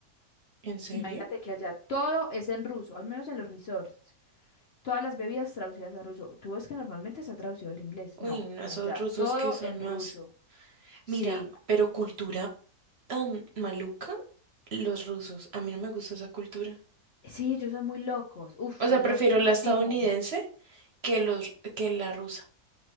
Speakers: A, on the right; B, on the left.
A: ¿En serio?
B: Imagínate que allá todo es en ruso, al menos en los resorts. Todas las bebidas traducidas a ruso. Tú ves que normalmente se ha traducido al inglés.
A: Uy,
B: No,
A: no, esos
B: allá
A: rusos
B: todo
A: que son
B: en
A: más...
B: ruso. Sí,
A: Mira, pero cultura tan maluca, los rusos. A mí no me gusta esa cultura.
B: Sí, ellos son muy locos, uf,
A: O sea,
B: son
A: prefiero
B: loquísimos.
A: la estadounidense que los que la rusa.